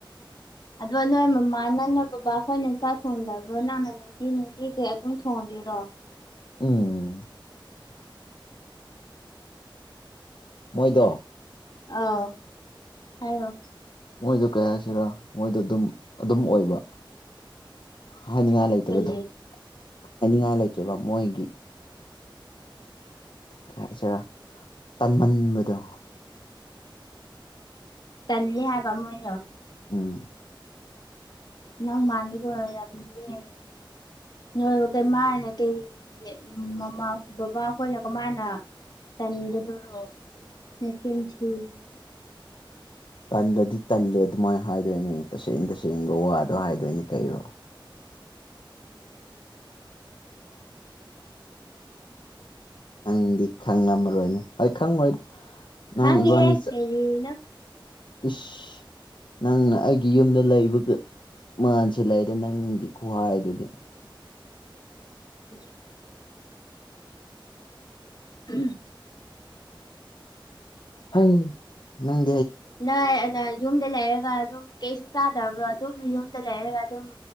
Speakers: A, on the left; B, on the left.
A: ꯑꯗꯣ ꯅꯣꯏ ꯃꯃꯥꯅ ꯅꯣꯏ ꯕꯕꯥ ꯑꯩꯈꯣꯏꯅ ꯆꯥꯛ ꯊꯣꯡꯗꯕ꯭ꯔꯣ ꯅꯪꯅ ꯅꯨꯡꯇꯤ ꯅꯨꯡꯇꯤꯒꯤ ꯑꯗꯨꯝ ꯊꯣꯡ ꯉꯤꯔꯣ
B: ꯎꯝ ꯃꯣꯏꯗꯣ
A: ꯑꯥꯎ ꯍꯥꯏꯔꯣ
B: ꯃꯣꯏꯗꯣ ꯀꯩ ꯍꯥꯏꯁꯤꯔꯥ ꯃꯣꯏꯗ ꯑꯗꯨꯝ ꯑꯗꯨꯝ ꯑꯣꯏꯕ ꯍꯥꯏꯅꯤꯡꯉꯥꯏ ꯂꯩꯇꯕꯗꯣ
A: ꯀꯔꯤ
B: ꯍꯥꯏꯅꯤꯡꯉꯥꯏ ꯂꯩꯇꯦꯕ ꯃꯣꯏꯒꯤ ꯀꯔꯤ ꯍꯥꯏꯁꯤꯔ ꯃꯣꯏꯒꯤ ꯇꯟꯃꯟꯕꯗꯣ
A: ꯇꯟꯅꯤ ꯍꯥꯏꯕ ꯃꯣꯏꯅ
B: ꯎꯝ
A: ꯅꯪ ꯃꯥꯗ ꯑꯣꯏꯔꯝꯅꯤꯍꯦ ꯅꯣꯏ ꯀꯃꯥꯏꯅ ꯀꯩꯒꯤ ꯃꯃꯥ ꯕꯕꯥ ꯈꯣꯏꯅ ꯀꯃꯥꯏꯅ ꯇꯟꯒꯗꯔꯣ ꯅꯆꯤꯟ ꯊꯤꯒꯅꯨ
B: ꯇꯜꯂꯗꯤ ꯇꯜꯂꯦ ꯑꯗꯨꯃꯥꯏꯅ ꯍꯥꯏꯗꯣꯏꯅꯦ ꯇꯁꯦꯡ ꯇꯁꯦꯡꯕ ꯋꯥꯗꯣ ꯍꯥꯏꯗꯣꯏꯅꯦ ꯀꯩꯔꯣ ꯅꯪꯗꯤ ꯈꯪꯂꯝꯃꯔꯣꯏꯅꯦ ꯍꯣꯏ ꯈꯪꯉꯣꯏꯗ ꯅꯪ
A: ꯈꯪꯉꯤꯍꯦ
B: ꯏꯕꯥꯅꯤ ꯆ
A: ꯀꯥꯔꯤꯅꯣ
B: ꯏꯁ ꯅꯪꯅ ꯑꯩꯒꯤ ꯌꯨꯝꯗ ꯂꯩꯕꯒ ꯃꯥꯥꯟꯁꯤꯜ ꯂꯩꯗ ꯅꯪꯒꯤ ꯈꯨꯍꯥꯏꯗꯨꯗꯤ
A: <unintelligible> <unintelligible>
B: ꯍꯥꯏ ꯅꯪ
A: ꯅꯣꯏ ꯑ ꯌꯨꯝꯗ ꯂꯩꯔꯒ ꯑꯗꯨꯝ ꯀꯩꯁꯨ ꯆꯥꯗꯕ꯭ꯔꯣ ꯑꯗꯨꯝ ꯌꯨꯝꯗ ꯂꯩꯔꯒ ꯑꯗꯨꯝ